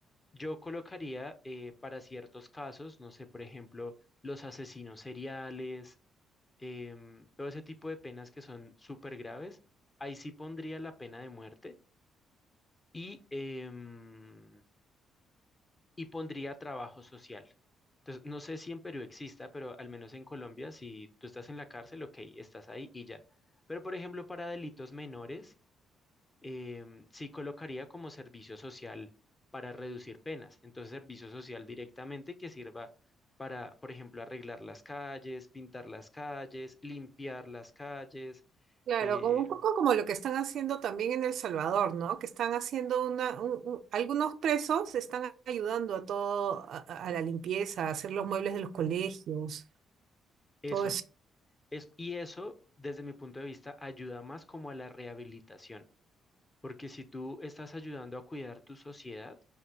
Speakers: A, on the left; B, on the right.
A: yo colocaría eh, para ciertos casos, no sé, por ejemplo, los asesinos seriales, em, todo ese tipo de penas que son súper graves, ahí sí pondría la pena de muerte y, em, y pondría trabajo social. Entonces, no sé si en Perú exista, pero al menos en Colombia, si tú estás en la cárcel, ok, estás ahí y ya. Pero, por ejemplo, para delitos menores, em, sí colocaría como servicio social para reducir penas. Entonces, servicio social directamente que sirva para, por ejemplo, arreglar las calles, pintar las calles, limpiar las calles,
B: Claro,
A: eh,
B: como un poco como lo que están haciendo también en El Salvador, ¿no? Que están haciendo una, un- un- algunos presos están ayudando a todo, a, a a la limpieza, a hacer los muebles de los colegios,
A: eso.
B: todo eso.
A: Es, y eso, desde mi punto de vista, ayuda más como a la rehabilitación, porque si tú estás ayudando a cuidar tu sociedad,